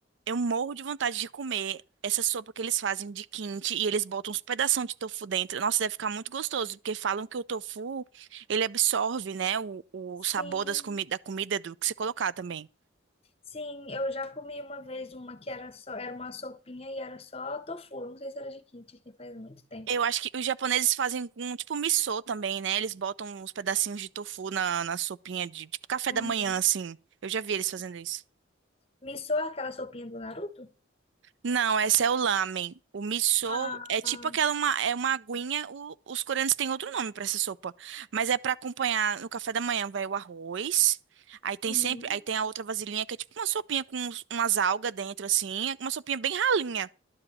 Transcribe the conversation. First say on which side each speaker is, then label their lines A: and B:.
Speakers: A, on the right; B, on the left.
A: Eu morro de vontade de comer essa sopa que eles fazem de quente e eles botam uns pedação de tofu dentro. Nossa, deve ficar muito gostoso, porque falam que o tofu, ele absorve, né, o, o
B: sim.
A: sabor das comi da comida do que você colocar também.
B: Sim, eu já comi uma vez uma que era só, era uma sopinha e era só tofu. Não sei se era de kimchi, que faz muito tempo.
A: Eu acho que os japoneses fazem com, tipo, missô também, né? Eles botam uns pedacinhos de tofu na, na sopinha de, tipo, café
B: Uhum.
A: da manhã, assim. Eu já vi eles fazendo isso.
B: Missou aquela sopinha do Naruto?
A: Não, essa é o lamen. O miso
B: Ah,
A: é tipo aquela uma, é uma aguinha. o- os coreanos têm outro nome pra essa sopa, mas é pra acompanhar no café da manhã. Vai o arroz. Aí tem
B: uhum.
A: sempre, aí tem a outra vasilhinha que é tipo uma sopinha com uns- umas algas dentro assim, é uma sopinha bem ralinha